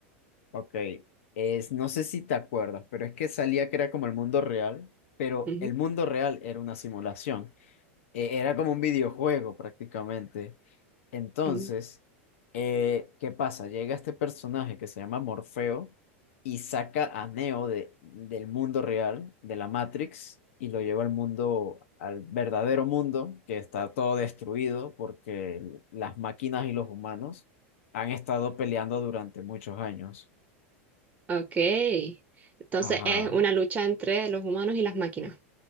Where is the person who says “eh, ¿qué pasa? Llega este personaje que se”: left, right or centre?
Left